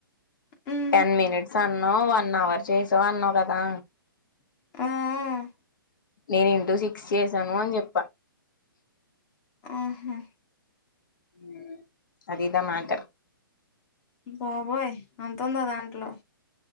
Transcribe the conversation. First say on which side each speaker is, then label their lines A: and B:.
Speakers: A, on the left (about 20°); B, on the left (about 60°).
A: ఉమ్
B: టెన్ మినిట్స్ అన్నావ్ వన్ అవర్ చేసావు అన్నావ్ కదా
A: ఉహూ
B: నేన్ ఇంటూ సిక్స్ చేసాను అని చెప్ప
A: ఆహా
B: మ్ అదిదా మ్యాటర్
A: బాబోయ్ అంతుందా దాంట్లో